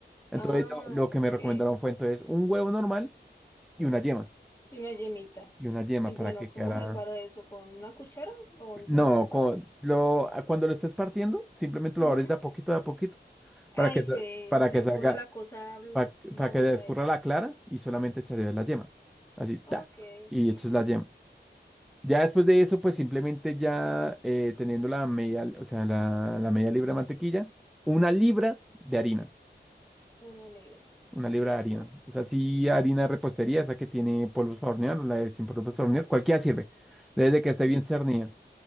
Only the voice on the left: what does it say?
Ah,
ok.
Y
una yemita.
Y
bueno,
¿cómo
separo eso? ¿Con una cuchara o intento
separar?
Ujú.
Ay,
se,
se
escurra
la cosa bl-
babosa
esa.
Ok,
ok.
Una libra.
Listo.
Mm,